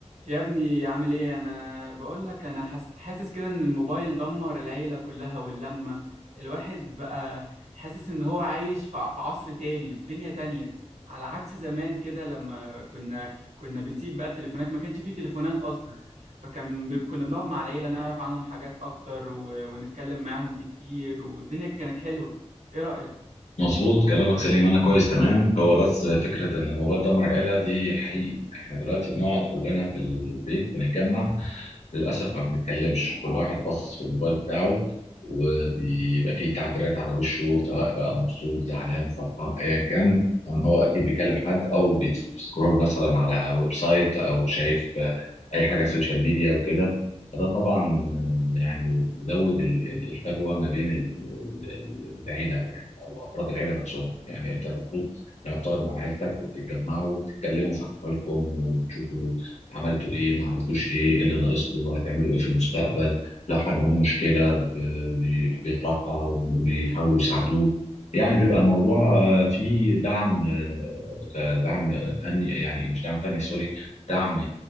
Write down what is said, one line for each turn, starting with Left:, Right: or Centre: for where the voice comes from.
Right: يا ابني عامل ايه انا بقول لك انا حس... حاسس كده ان الموبايل دمر العيلة كلها واللمة الواحد بقى حاسس ان هو عايش في ع- في عصر تاني في دنيا تانية على عكس زمان كده لما كنا كنا بنسيب بقى التليفونات ما كانش فيه تليفونات اصلا فكان ب... كنا بنقعد مع العيلة نعرف عنهم حاجات اكتر و... ونتكلم معاهم كتير والدنيا كانت حلوة ايه رأيك
Left: مظبوط كلامك سليم انا كويس تمام هو بس فكره ان الموبايل دمر العيله دي حقيقي احنا دلوقتي بنقعد كلنا في البيت بنتجمع للأسف ما بنتكلمش كل واحد باصص في الموبايل بتاعه وبيبقى فيه تعبيرات على وشه سواء بقى مبسوط زعلان فرحان أيا كان ان هو أكيد بيكلم حد أو بيسكرول مثلا على ويب سايت أو شايف آه، أي حاجة على السوشيال ميديا وكده فده طبعا يعني زود ال- ال- الفجوة ما بين ال- ال- ال- العيلة يعني أو أفراد العيلة نفسهم يعني أنت المفروض لما بتقعد مع عيلتك وبتتجمعوا وبتتكلموا في أحوالكم وتشوفوا عملتوا ايه ما عملتوش ايه ايه اللي ناقصكم هتعملوا ايه في المستقبل لو حد معاه مشكله ب- بي- بيطرحها وبيحاولوا يساعدوه يعني بيبقى الموضوع آه، فيه دعم آه، دعم فني يعني مش دعم فني سوري دعم